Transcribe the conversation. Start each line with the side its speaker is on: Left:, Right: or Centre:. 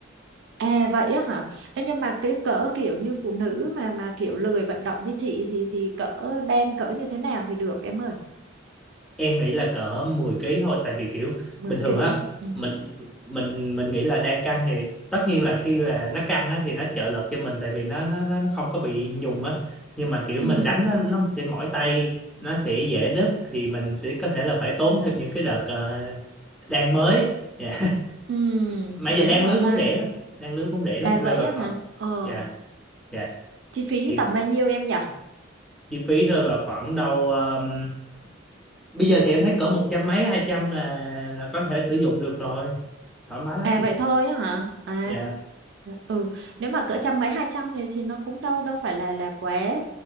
Right: À vậy á hả? Ê, nhưng mà cái cỡ kiểu như phụ nữ mà mà kiểu lười vận động như chị thì thì cỡ đen cỡ như thế nào thì được em ơi?
Centre: em nghĩ là cỡ 10 ký thôi tại vì kiểu
Right: mười
Centre: bình thường
Right: ký
Centre: á
Right: Ừ.
Centre: mình mình mình nghĩ là đang căng thì tất nhiên là khi mà nó căng á thì nó trợ lực cho mình tại vì nó nó nó nó không có bị nhùng á nhưng mà kiểu
Right: Ừ.
Centre: mình đánh nó, nó sẽ mỏi tay nó sẽ dễ đứt thì mình sẽ có thể là phải tốn thêm những cái đợt ờ, đan mới dạ <laughs>
Right: Ừ,
Centre: mà giờ
Right: đúng
Centre: đan
Right: rồi
Centre: lưới
Right: ha.
Centre: cũng rẻ lắm đan lưới cũng rẻ lắm
Right: À vậy
Centre: rơi vào
Right: á hả?
Centre: khoảng
Right: Ờ,
Centre: dạ dạ
Right: chi phí
Centre: chi,
Right: tầm bao nhiêu em nhỉ?
Centre: chi phí rơi vào khoảng đâu ờm, bây giờ thì em thấy cỡ một trăm mấy hai trăm là là có thể sử dụng được rồi thoải mái lắm
Right: À
Centre: chị
Right: vậy thôi á hả? À
Centre: dạ
Right: ừ, nếu mà cỡ trăm mấy hai trăm thì thì nó cũng đâu đâu phải là là quá